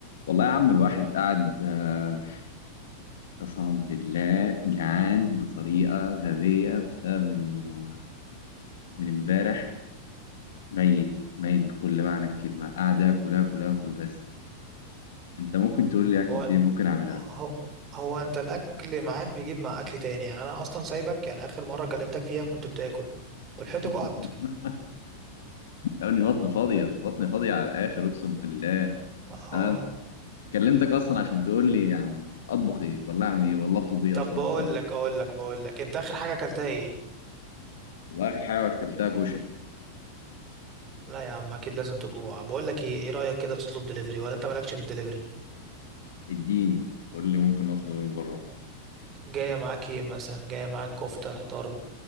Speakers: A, on the left; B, on the right.
A: والله يا عم الواحد قاعد آه، قسما بالله جعان بطريقة غبية بسبب إنه من امبارح ميت ميت بكل معنى الكلمة قاعد آكل آكل آكل بس أنت ممكن تقول لي أكلة
B: هو
A: إيه ممكن أعملها؟
B: هو هو انت الاكل معاك بيجيب مع اكل تاني يعني انا اصلا سايبك يعني اخر مره كلمتك فيها كنت بتاكل ولحقت
A: <laughs>
B: جعت
A: يعني بطني فاضية بطني فاضية على الآخر أقسم بالله
B: اه
A: أنا كلمتك أصلا عشان تقول لي يعني أطبخ إيه ولا أعمل إيه ولا أطلب إيه
B: طب
A: أصلا
B: بقول
A: من بره
B: لك اقول لك بقول لك انت اخر حاجه اكلتها ايه
A: والله آخر حاجة أكلتها كشري
B: لا يا عم اكيد لازم تجوع بقول لك ايه ايه رايك كده تطلب دليفري ولا انت مالكش في الدليفري
A: إديني قول لي ممكن أطلب إيه من بره
B: جايه معاك ايه مثلا جايه معاك كفته طرب